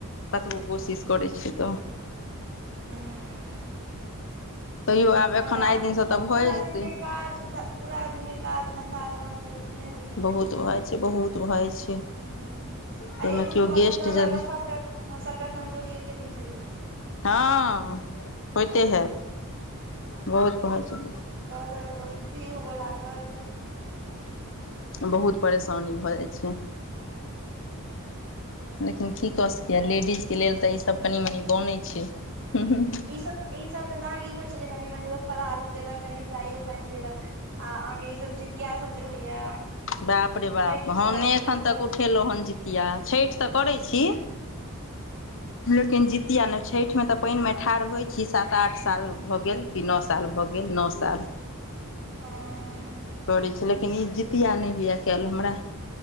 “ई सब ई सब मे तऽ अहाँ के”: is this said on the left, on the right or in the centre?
Right